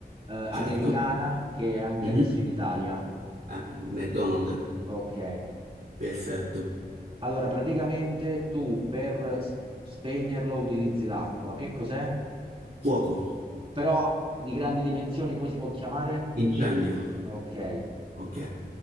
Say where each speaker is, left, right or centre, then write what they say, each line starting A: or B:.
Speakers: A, on the right (about 35°); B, on the right (about 75°).
A: americana,
B: Certo.
A: che è anche
B: Mhm.
A: adesso in Italia.
B: Eh beh, McDonald's.
A: Ok.
B: Perfetto.
A: Allora, praticamente tu per s- spegnerlo utilizzi l'acqua. Che cos'è?
B: Fuoco.
A: Però di grandi dimensioni, come si può chiamare?
B: Incendio.
A: Ok,
B: Ok.